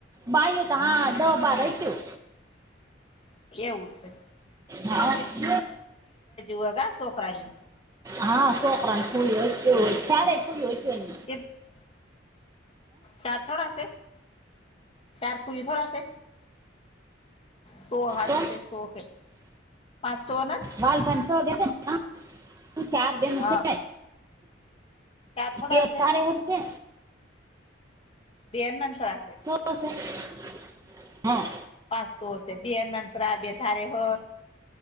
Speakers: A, on the right (about 20°); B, on the left (about 30°).
A: બાઈઓ તો હા દ બાર હતી.
B: કેવું સે?
A: હઅ <inaudible>
B: હોય કા છોકરાને
A: હા છોકરાની સ્કૂલો, <inaudible> ચાયરે ખુલી <inaudible>
B: <inaudible> ચાર થોડાશે, ચાર પુરી થોડાશે. સો હાથ
A: તો
B: છે સો કે પાંચસો ના
A: વાલ ભાઈને છ દેશે ને કા <inaudible> ચાર બેનો
B: હા
A: <inaudible>
B: ચાર થોડા
A: બે
B: છે
A: તારે હશે.
B: બે હનુમાન પરાસે.
A: <inaudible> હહ
B: પાચસો છે બેનમાનફ બે થારે હર